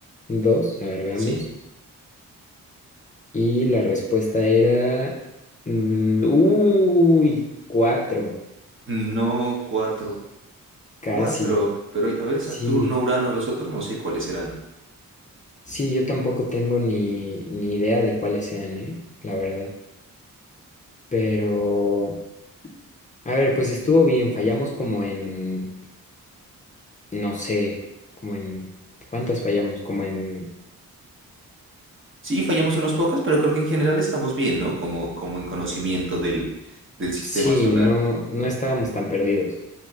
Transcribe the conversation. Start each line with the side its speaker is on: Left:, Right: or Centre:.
Left: Dos, a ver, veamos.
Right: sí.
Left: Y la respuesta era... mm, uy, cuatro,
Right: No cuatro,
Left: casi.
Right: cuatro, pero a ver,
Left: Sí,
Right: Saturno, Urano, los otros no sé cuáles serán.
Left: sí, yo tampoco tengo ni, ni idea de cuáles sean, ¿eh? La verdad. Pero, a ver, pues estuvo bien, fallamos como en, no sé, como en, ¿cuántas fallamos? Como en,
Right: Sí, fallamos unos pocas, pero creo que en general estamos bien, ¿no? Como, como en conocimiento del, del sistema
Left: sí,
Right: solar.
Left: no, no estábamos tan perdidos.